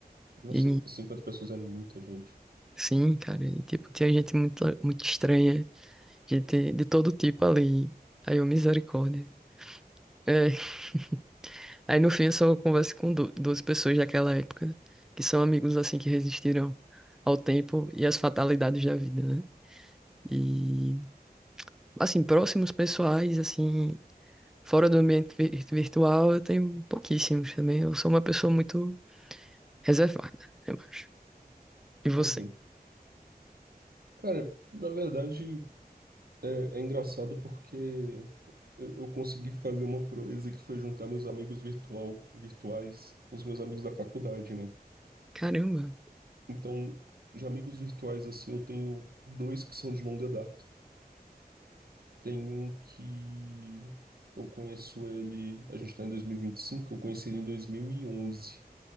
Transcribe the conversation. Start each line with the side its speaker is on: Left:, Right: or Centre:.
Right: Nossa,
Centre: E
Right: 50 pessoas é muita gente.
Centre: sim, cara, e, tipo, tinha gente muito, muito estranha, gente de todo tipo ali. Aí eu, misericórdia. É. <laughs> Aí no fim eu só converso com du- duas pessoas daquela época, que são amigos assim que resistiram ao tempo e às fatalidades da vida, né? E assim, próximos pessoais, assim, fora do ambiente vi- virtual, eu tenho pouquíssimos também. Eu sou uma pessoa muito reservada, eu acho. E você?
Right: Uhum. Cara, na verdade, é, é engraçado porque eu, eu consegui fazer uma proeza que foi juntar meus amigos virtual, virtuais com os meus amigos da faculdade, né?
Centre: Caramba,
Right: Então, de amigos virtuais, assim, eu tenho dois que são de longa data. Tem um que eu conheço ele, a gente tá em dois mil e e vinte e cinco eu conheci ele em dois mil E onze